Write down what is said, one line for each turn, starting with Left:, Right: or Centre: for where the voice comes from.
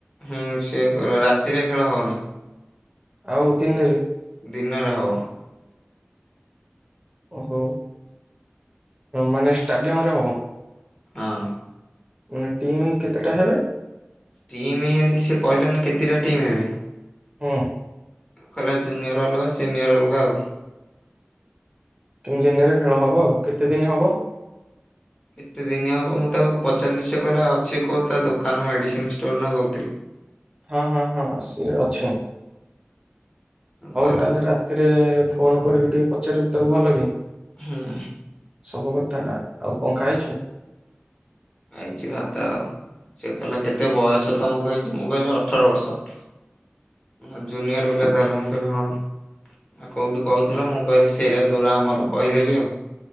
Left: ହୁଁ ସେ ରା ରାତିରେ ଖେଳ ହବନି,
Right: ଆଉ
Left: <inaudible>
Right: ଦିନରେ
Left: ଦିନରେ ହବ।
Right: ଓ ହଁ ମାନେ ଷ୍ଟାଡିୟମରେ ହବ।
Left: ହଁ
Right: ମି ଟିମ କେତେଟା ହେବେ?
Left: ଟିମ ହେନ୍ତି ସେ କହିଲାନି କେତେଟା ଟିମ୍ ହେବ?
Right: ହୁଁ।
Left: କହିଲା ଜୁନିୟର ଅଲଗା ସିନିୟର ଅଲଗା ଆଉ।
Right: କିନ୍ତୁ ଦିନରେ ଖେଳ ହବ, ଆଉ କେତେ ଦିନ ହବ?
Left: କେତେ ଦିନ ହେବ ମୁଁ ତାକୁ ପଚାରି ସେ କହିଲା ଅଛି କେ ତା ଦୋକାନ ମେଡିସିନ ଷ୍ଟୋର ନ କହୁଥିଲି।
Right: ହଁ ହଁ ହଁ ସେ ଅଛୁ। ହଉ
Left: କହିଲା
Right: ତାହେଲେ ରାତିରେ ଫୋନ କରିକି ଟିକେ ପଚାରିବୁ ତାକୁ ଭଲ କି
Left: ହୁଁ
Right: ସବୁ କ୍। ଥାଟା ଆଉ କଣ ଖାଇଚୁ?
Left: ଖାଇଚି ଭାତ ଆଉ, ସେ କହିଲ କେତେ ବୟସ? ତମକୁ ହେଇଚି ମୁଁ କହିଲି ଅଠର ବର୍ଷ। ଜୁନିୟର ପିଲା ତାହେଲେ ମୁଁ କହିଲି ହଁ କୋଉଠି କହୁଥିଲ, ମୁଁ କହିଲି ସେରା ଦୁରା ଆମର କହିଦେଲି ଆଉ।